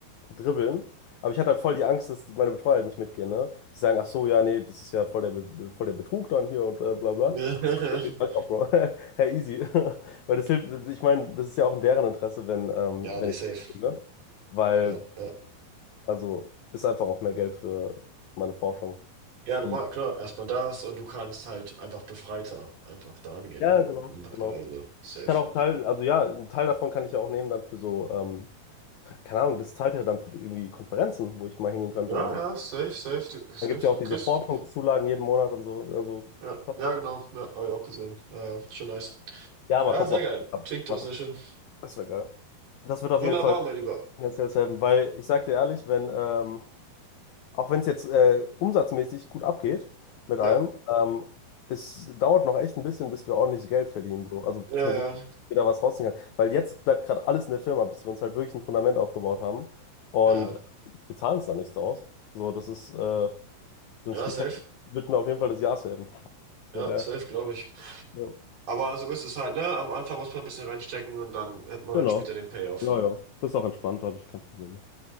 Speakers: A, on the left (about 80°); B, on the right (about 55°).
A: dribbeln. Aber ich hatte halt voll die Angst, dass die, meine Betreuer halt nicht mitgehen, ne? Die sagen, ach so, ja, nee, das ist ja voll der, Be- voll der Betrug dann hier und äh, bla bla.
B: <laughs>
A: Und Ich weiß auch, Bro. <laughs> Hey, easy. <laughs> Weil das hilft, ich meine, das ist ja auch in deren Interesse, wenn, ähm,
B: Ja,
A: wenn
B: nee,
A: ich
B: safe.
A: Geld verdiene. Weil,
B: Ja, ja.
A: also, ist einfach auch mehr Geld für meine Forschung.
B: Ja, normal,
A: Die.
B: klar. Erstmal das und du kannst halt einfach befreiter einfach da angehen,
A: Ja,
B: ne?
A: genau, genau.
B: Also, safe.
A: Ich kann auch Teil, also ja, einen Teil davon kann ich ja auch nehmen dann für so, ähm, für, keine Ahnung, das zahlt ja dann für die, irgendwie Konferenzen, wo ich mal hingehen könnte.
B: Ja,
A: Und
B: ja, safe, safe, du- safe.
A: dann gibt es ja auch diese
B: Chris,
A: Forschungszulagen jeden Monat und so. Also,
B: Ja,
A: passt.
B: ja, genau. Ja, habe ich auch gesehen. Ja, ja, schon nice.
A: ja, mal
B: Ja,
A: gucken,
B: sehr geil.
A: ob das klappt.
B: Klingt doch
A: Mal
B: sehr
A: gucken.
B: schön.
A: Das wäre geil. Das wird auf
B: Wunderbar,
A: jeden Fall
B: mein Lieber.
A: finanziell helfen, weil ich sag dir ehrlich, wenn, ähm, Auch wenn es jetzt äh, umsatzmäßig gut abgeht mit
B: Ja,
A: allem, ähm, es dauert noch echt ein bisschen, bis wir ordentliches Geld verdienen, so. Also
B: ja,
A: persönlich
B: ja, ja,
A: wieder was rausziehen kann. Weil jetzt bleibt gerade alles in der Firma, bis wir uns halt wirklich ein Fundament aufgebaut haben. Und
B: ja,
A: äh, wir zahlen es da nichts aus. So, das ist äh, so
B: Ja,
A: ein Stipendium
B: safe.
A: wird mir auf jeden Fall des Jahres helfen.
B: Ja,
A: Sehr geil.
B: safe, glaube ich.
A: Ja.
B: Aber so ist es halt, ne? Am Anfang muss man ein bisschen reinstecken und dann hat man
A: Genau.
B: halt später den Payoff.
A: Ja, ja. Das ist auch entspannt, da habe ich kein Problem mit.